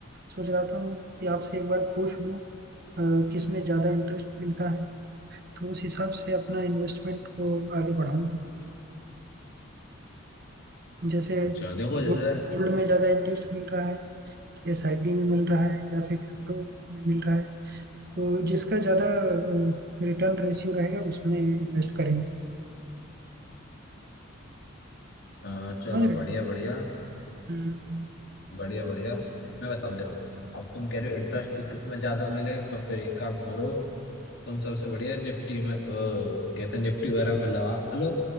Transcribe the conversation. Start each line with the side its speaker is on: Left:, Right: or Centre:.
Right: सोच रहा था कि आपसे एक बार पूछ लूँ अ, किस में ज़्यादा इंटरेस्ट मिलता है तो उस हिसाब से अपना इन्वेस्टमेंट को आगे बढ़ाऊंगा जैसे
Left: अच्छा देखो
Right: गोल्ड
Left: जैसे
Right: गोल्ड में ज़्यादा इंटरेस्ट मिल रहा है एसआईपी में मिल रहा है या फिर क्रिप्टो में मिल रहा है तो जिसका ज़्यादा रिटर्न रेशियो रहेगा उसमें इन्वेस्ट करेंगे
Left: अ, चलो
Right: समझ रहे
Left: बढ़िया
Right: हैं
Left: बढ़िया
Right: हम्म,
Left: बढ़िया बढ़िया मैं बताऊँ देखो अब तुम कह रहे हो इंटरेस्ट किस में ज्यादा मिले तो फिर एक काम करो तुम सबसे बढ़िया निफ्टी में अ, कहते हैं निफ्टी वगैरह में लगा लो